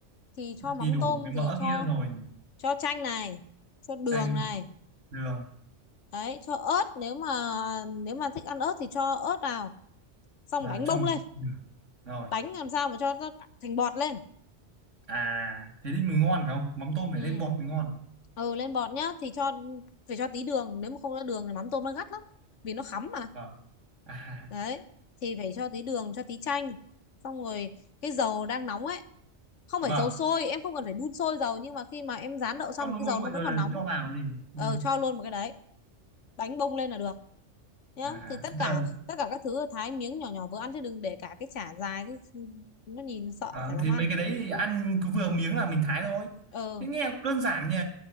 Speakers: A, on the left (about 80°); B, on the right (about 85°).
A: thì cho mắm
B: thì đủ
A: tôm
B: cái mỡ
A: thì cho
B: kia rồi
A: cho chanh này cho đường
B: chanh
A: này
B: đường
A: đấy cho ớt nếu mà nếu mà thích ăn ớt thì cho ớt vào xong
B: và
A: đánh
B: trong
A: bông lên
B: đường rồi
A: đánh làm sao mà cho nó thành bọt lên
B: à thế thì mới ngon phải không mắm tôm phải
A: ừ
B: lên bọt mới ngon
A: ừ lên bọt nhá thì cho phải cho tí đường nếu mà không có đường thì mắm tôm nó gắt lắm vì nó khắm mà
B: vâng à
A: đấy thì phải cho tí đường cho tí chanh xong rồi cái dầu đang nóng ấy không
B: <laughs>
A: phải
B: vâng
A: dầu sôi em không cần phải đun sôi dầu nhưng mà khi mà em rán đậu xong
B: cho nó
A: thì cái
B: nguội
A: dầu
B: nguội
A: nó vẫn
B: rồi
A: còn
B: là
A: nóng
B: cho
A: á.
B: vào gì
A: ờ
B: ừ.
A: cho luôn một cái đấy đánh bông lên là được nhá
B: à
A: thì tất
B: thế
A: cả
B: là
A: tất cả các thứ thái miếng nhỏ nhỏ vừa ăn chứ đừng để cả cái chả dài thì nó nhìn sợ
B: vâng
A: chả dám
B: thế
A: ăn
B: mấy cái đấy thì ăn cứ vừa miếng là mình thái thôi
A: ờ
B: thế nghe cũng đơn giản nhỉ